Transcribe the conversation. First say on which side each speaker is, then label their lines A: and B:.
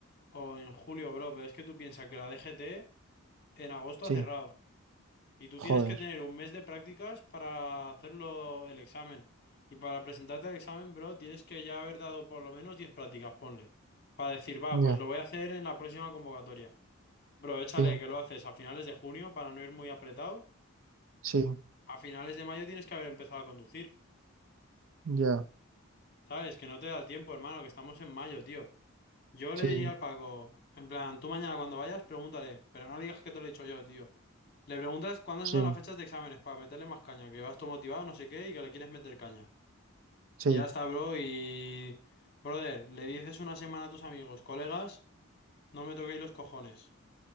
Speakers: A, on the left; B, on the right.
A: o en julio, bro, pero es que tú piensas que la DGT en agosto
B: sí.
A: ha cerrado. Y tú
B: Joder.
A: tienes que tener un mes de prácticas para hacerlo el examen. Y para presentarte al examen, bro, tienes que ya haber dado por lo menos 10 prácticas, ponle. Para decir, va,
B: Ya,
A: pues lo voy a hacer en la próxima convocatoria. Bro, échale
B: sí,
A: que lo haces a finales de junio para no ir muy apretado.
B: sí,
A: A finales de mayo tienes que haber empezado a conducir.
B: ya,
A: ¿Sabes? Que no te da el tiempo, hermano, que estamos en mayo, tío. Yo
B: sí,
A: le diría al Paco, en plan, tú mañana cuando vayas, pregúntale, pero no le digas que te lo he dicho yo, tío. Le preguntas cuándo
B: sí,
A: son las fechas de exámenes para meterle más caña, que vas todo motivado, no sé qué, y que le quieres meter caña.
B: sí.
A: Y ya está, bro, y... Brother, le dices una semana a tus amigos, colegas, no me toquéis los cojones.